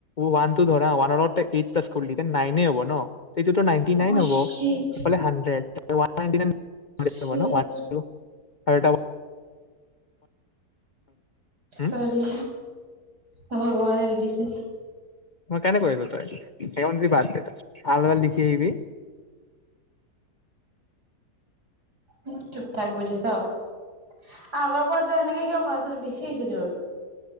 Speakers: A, on the left (about 45°); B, on the right (about 80°).
A: ওৱান টো ধৰা ওৱানৰ লগত তই এইট প্লাছ কৰিলি নাইনে হ'ব ন। এইটোতো নাইনটি
B: অ'
A: নাইন হ'ব
B: চিট
A: সেইফাল হানড্ৰেড। <unintelligible> <inaudible>
B: চিট
A: হয়াৰটা
B: চৰি
A: উম
B: ভগৱানে দি দিছে।
A: মই কনে কৰিছ তই স যদি বাদ দে আলাল লিখি আহবি
B: মোক চুপ থাকিব দিছ আগৰ পৰাতো এনেকে কিয়? <unintelligible>